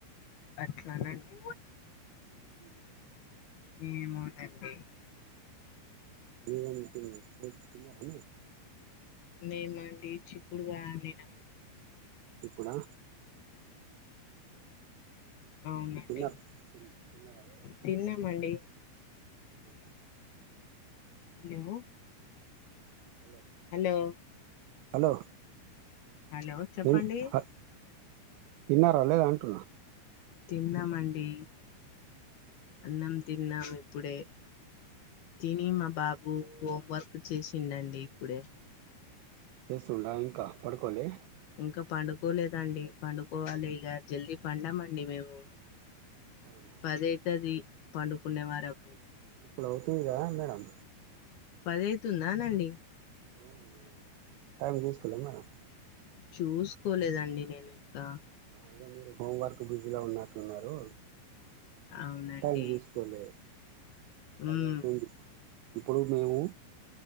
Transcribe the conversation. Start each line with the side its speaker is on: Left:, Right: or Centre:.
Left: అట్లా నా అండి
Right: ఊ
Left: ఏమో నండి
Right: మీరేం తిన్నారా అన్నం
Left: మేమండి చిక్కుడుకాయ వండిన
Right: ఇప్పుడా
Left: అవునండి
Right: తిన్న తిన్నారా లేదా
Left: తిన్నామండి
Right: అవునా
Left: hello
Right: hello
Left: hello
Right: hello
Left: hello చెప్పండి
Right: ఏం ఆ తిన్నారా లేదా అంటున్నా
Left: తిన్నమండి అన్నం తిన్నము ఇ ఇప్పుడే తిని మా బాబు హోం వర్క్ చేసిండండి ఇప్పుడే
Right: లేసుండా ఇంకా పడుకోలే
Left: ఇంకా పండుకోలేదండి పండుకోవాలి ఇగ జల్దీ పండమ అండి మేము
Right: అవునా
Left: పదైతది పండుకునే వరకు
Right: ఇప్పుడు అవుతుందిగా మేడం
Left: పదైతుందా నండి
Right: అవును మేడం టైం తీసుకోలే మేడం
Left: చూసుకోలేదండి నేను ఇంకా
Right: ఇగ మీరు హోంవర్క్ బిజీలో ఉన్నట్టున్నారు
Left: అవునండి
Right: టైం చూసు కోలే పది
Left: ఉమ్
Right: అవుతుంది ఇప్పుడు మేము